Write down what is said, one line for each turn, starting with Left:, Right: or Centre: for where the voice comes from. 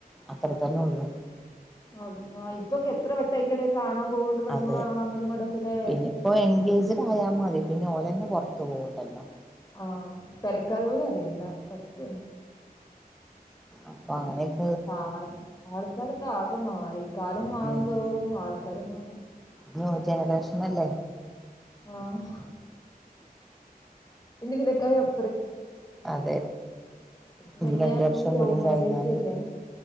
Centre: അത്രതന്നെ ഉള്ളൂ
Left: അല്ല ഇപ്പൊക്കെ എത്ര വട്ടം അതിന്റെടക്ക് കാണാം പോണ്ട് പെണ്ണുങ്ങളും
Centre: അതെ
Left: ആണുങ്ങളും അങ്ങോട്ടുമിങ്ങോട്ടും ഒക്കെ ലേ
Centre: പിന്നെ ഇപ്പോ എൻഗേജ്ഡ് ആയാൽ മതി പിന്നെ ഓലന്നെ പുറത്തു പോകണ്ടല്ലോ
Left: ആഹ് പെരകാര് പോലും അറിയണ്ടാ സത്യം സത്യമാണ്
Centre: അപ്പാെ അങ്ങനെയൊക്കെ
Left: ആ ആൾക്കാരൊക്കെ ആകെ മാറി കാലം മാറും
Centre: ഉം
Left: തോറും ആൾക്കാരാ മാറാ
Centre: ന്യൂ ജനറേഷൻ അല്ലേ
Left: ആഹ് ഇഞ് <unintelligible>
Centre: അതെ
Left: ഇപ്പൊ
Centre: ഇനി
Left: പിന്നെ
Centre: രണ്ട് വർഷം
Left: ഫുൾ ലവ്
Centre: കൂടിയും
Left: മേരേജ്
Centre: കഴിഞ്ഞാല്
Left: അല്ലേ